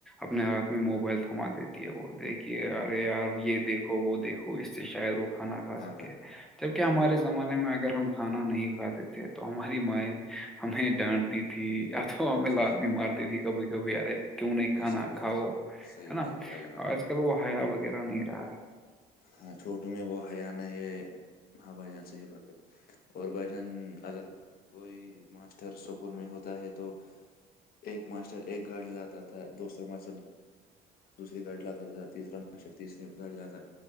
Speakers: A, in the centre; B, on the left (about 60°).
A: اپنے ہاتھ میں موبائل تھما دیتی ہے وہ دیکھیے ارے یار یہ دیکھو وہ دیکھو اس سے شاید وہ کھانا کھا
B: ہاں
A: سکے
B: بھائی
A: جبکہ ہمارے
B: جی بھائی
A: زمانے
B: جان
A: میں اگر ہم کھانا نہیں کھاتے تھے تو ہماری مائیں ہمیں ڈانٹ تی تھی یا تو ہمیں
B: جی
A: لات
B: جی
A: بھی مارتی تھی کبھی کبھی ارے کیوں نہیں کھانا
B: جی صحیح بات
A: کھاؤ
B: ہے صحیح
A: ہے نا
B: بات بھائی جان آپ
A: آج
B: کی
A: کل وہ ہیا وغیرہ نہیں رہا ہے
B: ہاں چھوٹ میں وہ حیاان ہے ماں بھائی جان سے یہ باتیں اور بھجان اگر کوئی ماسٹر سکول میں ہوتا ہے تو ایک ماسٹر ایک گاڑی لاتا تھا دوسر ماسٹر دوسری گاڑی لاتا تھا تیسرا ماشر تیسری گاڑی لاتا ہے